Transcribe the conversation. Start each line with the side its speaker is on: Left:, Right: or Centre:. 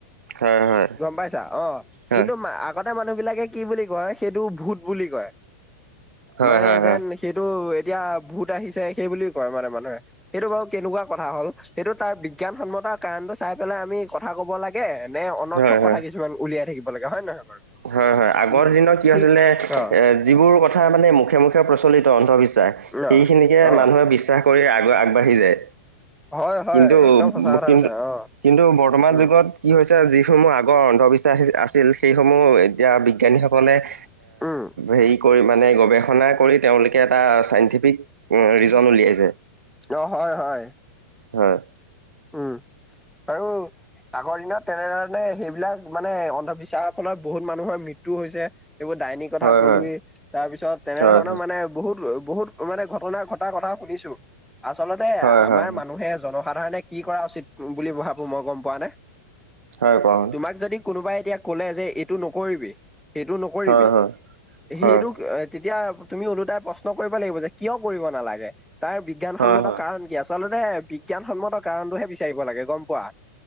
Right: হয় হয়
Centre: গ'ম পাইছা, অ'
Right: হয়
Centre: কিন্তু আগতে মানুহ বিলাকে কি বুলি কয় কয় সেইটো ভূত বুলি কয়
Right: হয়
Centre: মানে
Right: হয়
Centre: যেন
Right: হয়
Centre: সেইটো এতিয়া ভূত আহিছে, সেই বুলি কয় মানে মানুহে সেইটো বাৰু কেনেকুৱা কথা হ'ল, এইেইটো তাৰ বিজ্ঞানসন্মতাৰ কাৰণটো চাই পেলাই আমি কথা ক'ব লাগে। নে অনৰ্থক
Right: হয় হয়
Centre: কথা কিছুমান উলিয়াই থাকিব লাগে হয় নহয়। বাৰু
Right: হয় হয় আগৰ
Centre: উম
Right: দিনৰত কি
Centre: ঠিক
Right: হৈছিলে
Centre: অ
Right: এ যিবোৰ কথা মানে মুখে মুখে প্ৰচলিত অন্ধবিশ্বাস
Centre: অ
Right: সেইখিনিকে
Centre: অ
Right: মানুহে বিশ্বাস কৰি আগ আগবাঢ়ি যায়।
Centre: হয় হয়
Right: কিন্তু
Centre: একদম সঁচা কথা
Right: কিন্তু
Centre: কৈছা অ
Right: কিন্তু বৰ্তমান
Centre: উম
Right: যুগত কি হৈছে যি যিসমূহ আগৰ অন্ধবিশ্বাস আছিল সেইসমূহ এতিয়া বিজ্ঞানীসকলে এ
Centre: উম
Right: হে কৰি মানে গৱেষণা কৰি তেওঁলোকে এটা চাইন্টিফিক ৰিজন উলিয়াইছে।
Centre: অ' হয় হয়।
Right: হয়
Centre: উ, আৰু আগৰ দিনত তেনেধৰণে সেইবিলাক মানে অন্ধবিশ্বাসৰ ফলত বহুত মানুহৰ মৃত্যু হৈছে। এইবোৰ ডাইনী কথা
Right: হয়
Centre: কলোৱেই,
Right: হয়
Centre: তাৰ পিছত তেনে
Right: হয়
Centre: ধৰণৰ মানে বহুত বহুত মানে ঘটনা ঘটাৰ কথা শুনিছো, আচলতে
Right: হয়
Centre: আমাৰ
Right: হয়
Centre: মানুহে জনসাধাৰণে কি কৰা উচিত বুলি ভাবো মই গম পোৱা নে।
Right: হয়, কন
Centre: তোমাক যদি কোনোবাই এতিয়া ক'লে যে এইটো নকৰিবি সেইটো নকৰিবি
Right: হয় হয় হয়
Centre: সেইটো তেতিয়া তুমি ওলোটাই প্ৰশ্ন কৰিব লাগিব, যে কিয় কৰিব নালাগে তাৰ বিজ্ঞানসন্মত
Right: হয় হয়
Centre: কাৰণ কি? আচলতে বিজ্ঞানসন্মত কাৰণটোহে বিচাৰিব লাগে গম পোৱা।